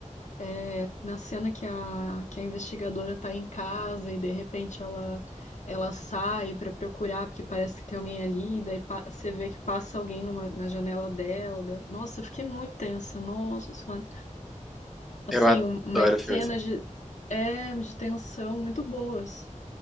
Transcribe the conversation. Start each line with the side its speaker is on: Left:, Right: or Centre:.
Left: É, na cena que a, que a investigadora tá em casa e de repente ela, ela sai para procurar, porque parece que tem alguém ali, daí pa- você vê que passa alguém numa- na janela dela. da- Nossa, eu fiquei muito tensa, nossa, sei lá assim,
Centre: Eu adoro
Left: um- umas cenas
Centre: filme assim.
Left: de, é, de tensão muito boas.